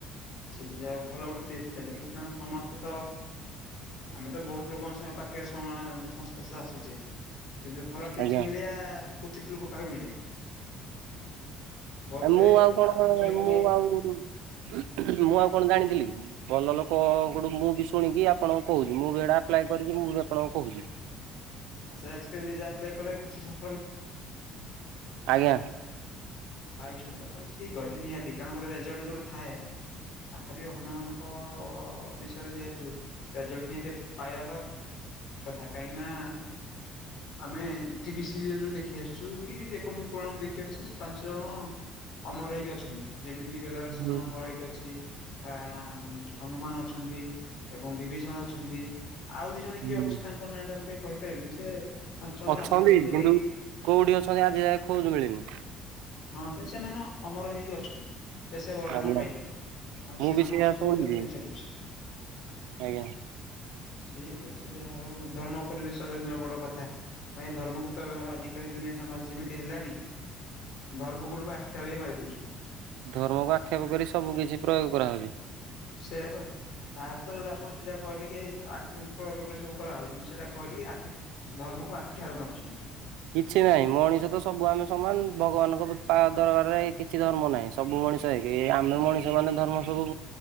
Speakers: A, on the left (about 60°); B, on the right (about 90°).
A: ଠିକ ଯ ଭଲ ଗୋଟେ ଟିପସ ଦେଲେ କାରଣ ସମସ୍ତେ ତ ଆମେ ତ ବହୁତ ଲୋକଙ୍କ ସହ ପାଖରେ ସମ ସଂସ୍ପର୍ଶରେ ଆସୁଛେ। କିନ୍ତୁ ଭଲ ଟିପସ
B: ଆଜ୍ଞା।
A: ମିଳିଆ, କୁଚିତ ଲୋକ ପାଖେ ମିଳେ। ବୋଧ
B: ଆ
A: ହୁଏ
B: ମୁଁ ଆଉ କଣ
A: ଆପଣଙ୍କ
B: କ,
A: ସହିତ
B: ମୁଁ
A: ମୋର
B: ଆଉ ମୁଁ ଆଉ କଣ ଜାଣିଥିଲି କି? ଭଲ ଲୋକଙ୍କ ଠୁ ମୁଁ ବି ଶୁଣିକି ଆପଣଙ୍କୁ କହୁଛି, ମୁଁ ବି ଏଡା ଆପ୍ଲାଏ କରିଛି ମୁଁ ବି ଆପଣଙ୍କୁ କହୁଛି।
A: ଆଛା ଏକ୍ସପିରିଏନ୍ସ ଯାହା ଆପ୍ଲାଏ କଲେ କିଛି ସ
B: ଆଜ୍ଞା।
A: ପାଇଛନ୍ତି ତ ତାହେଲେ ଠିକ ଅଛି, ନିହାତି କାରଣ ଗୋଟେ ରେଜଲ୍ଟ ଯୋଟେ ଥାଏ। ତାପରେ ବି ହନୁମାନଙ୍କ ବିଷୟରେ ଯେହେତୁ ରେଜଲ୍ଟ ନିହାତି ପାଇବାତ୍ କଥା କାହିଁକି ନା ଆମେ ଟିଭି ସିରିଏଲ ରୁ ଦେଖ ଦେଖି ଆସୁ କି ଯେକୌଣସି ପୁରାଣ ବି ଦେଖି ଆସୁଛି ପାଞ୍ଚ ଜଣ ଅମର ହେଇକି ଅଛନ୍ତି। ଯେମିତି କିି ବେଲାରସନ
B: ହୁଁ
A: ଅମର ହେଇକି ଅଛି, ଆ ହନୁମାନ ଅଛନ୍ତି। ଏବଂ ବିଭୀଷଣ ଅଛନ୍ତି। ଆଉ ଦି ଜଣ କିଏ
B: ହୁଁ।
A: ଅବଶ୍ୟ ତାଙ୍କ ନାଁ ଟା ମୁଁ ଟିକେ କହିପାରିବିନି ସେ ପାଞ୍ଚ ଜଣ
B: ଅଛନ୍ତି
A: ଆଜି ପର୍ଯ୍ୟନ୍ତ
B: କିନ୍ତୁ
A: ଏଇ
B: କୋଉଠି ଅଛନ୍ତି ଆଜି ଯାଏ ଖୋଜ ମିଳିନି।
A: ହଁ କିନ୍ତୁ ସେମାନେ ଅମର ହେଇକି ଅଛନ୍ତି, ସେ ସେ ବରଦାନ
B: ଆଜ୍ଞା।
A: ପାଇଥିଲେ। କାରଣ
B: ମୁଁ
A: ସେମାନେ
B: ବି ସେଇଆ
A: ଅଛନ୍ତି
B: ଶୁଣିଛି
A: ବୋଲି ତ୍ ଦୁନିଆ ଚାଲୁଛି।
B: ଆଜ୍ଞା।
A: ଠିକ ଅଛି ଯାହା ହଉ ଧର୍ମ ଉପରେ ବିଶ୍ୱାସ କରିବା ବଡ କଥା। କାଇ ଏ ଧର୍ମକୁ ତ ଆଜିକାଲି ଦୁନିଆ ସମାଜ ଯେମିତି ହେଲାଣି। ଧର୍ମକୁ ଲୋକ ଆଖିଠାରୁ ହି ମାରି ଦେଉଛନ୍ତି।
B: ଧର୍ମକୁ ଆକ୍ଷେପ କରି ସବୁ କିଛି ପ୍ରୟୋଗ କରାହାଉଛି।
A: ସେୟା ବା। ତା ଅର୍ଥ ଯୋଉଟା ଆପଣ ସିଧା କହିଲେ କି ଏଇ ଆିଖି ପ୍ରୟୋଗ କରି ସବୁ କରାହଉଚି, ମୁଁ ସେଇଟା କହିଲେ କି ଆଖି ଧର୍ମକୁ ଆଖି ଠାର ମାରୁଛନ୍ତି।
B: କିଛି ନାହିଁ ମଣିଷ ତ ସବୁ ଆମେ ସମାନ ଭଗବାନଙ୍କ ତା ଦରବାରରେ କିଛି ଧର୍ମ ନାହିଁ। ସବୁ ମଣିଷ ଏକ୍ ଆମେ ମଣିଷ ମାନେ ଧର୍ମ ସବୁ